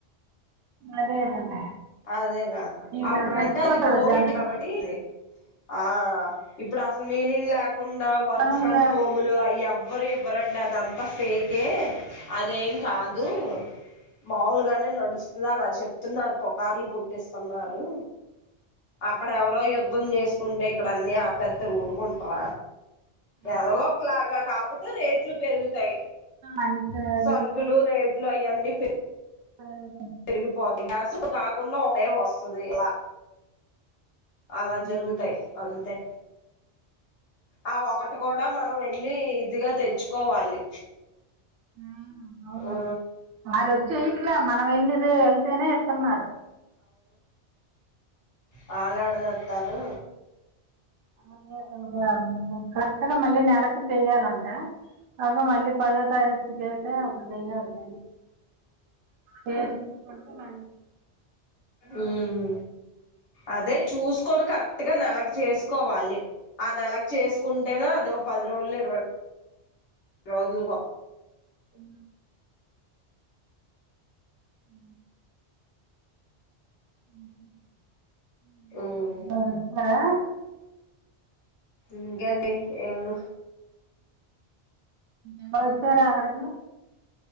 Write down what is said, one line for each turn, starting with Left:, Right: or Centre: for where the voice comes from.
Right: అదే కదా
Left: అదేగా
Right: ఇంకా
Left: అప్పుడ
Right: చచ్చిపోతారు
Left: అంటే అది కోవిడ్
Right: జనాలు
Left: కాబట్టి ఆ ఇప్పుడు అసలు మీనింగ్ లేక కాకుండా వర్క్
Right: మనల్ని
Left: ఫ్రమ్ హోమ్లు అయ్యాము మారి ఎవ్వరండది అంతా ఫేకె అదేంగ్ కాదు
Right: ఆ,
Left: మాముల్గానే నడు లాల చె న్నారు పుకార్లు పుట్టిస్తున్నారు అక్కడ ఎవడో యుద్ధం చేసుకు ంటే ఇక్కడ అన్ని ఆపెత్తే ఊరుకుంటర
Right: ఆ,
Left: ఎవరో ఒకలాగా కాకపో రేట్లు పెరుగు తయ్
Right: అంతే అది
Left: సరుకులు రేట్ <inaudible> అయ్యండి
Right: అవు
Left: పెరిగిపోతయి <unintelligible> అడస కాకుండా ే వస్తది ఇలా అలా జరుగుతాయి
Right: ఆ.
Left: అంతే ఆ ఒకటి కూడా మనం వెళ్ళి కొద్దిగా తెచ్చుకోవాలి
Right: ఆ అవును
Left: ఆ
Right: వాళ్ళు వచ్చి ఇట్లా మనం వెళ్ళి వెళ్తేనే ఇత్తున్నారు <inaudible>
Left: వాళ్ళుయాడదెత్తారు
Right: అ కరెక్ట్గా మళ్ళీ నెలకి చెయ్యాలంట కాక మళ్ళీ పదో తారీఖు చేపితే అప్పుడు చెయ్యాలి నేను స కొకున్నా
Left: ఉమ్
Right: <inaudible> <inaudible>
Left: అదే చూసుకొని కరెక్ట్ గా నెలకి చేసుకోవాలి ఆ నెలకి చేసుకుంటేనే అద పది రోజులు ఇరవై రోజులుగా
Right: హ అ అ <inaudible>
Left: ఉమ్ ఇంకేంటి ఏమ్
Right: అందరు వచ్చారా అక్కడికి